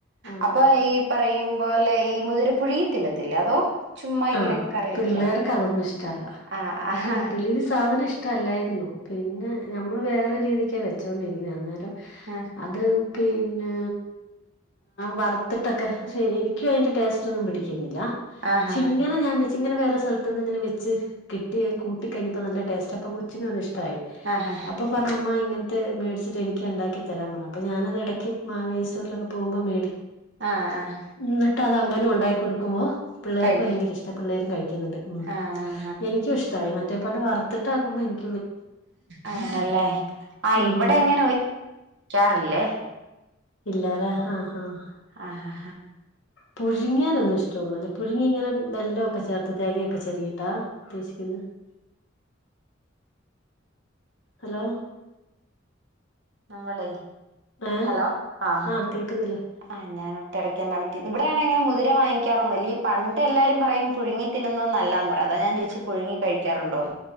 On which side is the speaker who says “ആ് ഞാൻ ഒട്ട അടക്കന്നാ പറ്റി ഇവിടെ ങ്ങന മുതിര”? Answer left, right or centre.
Right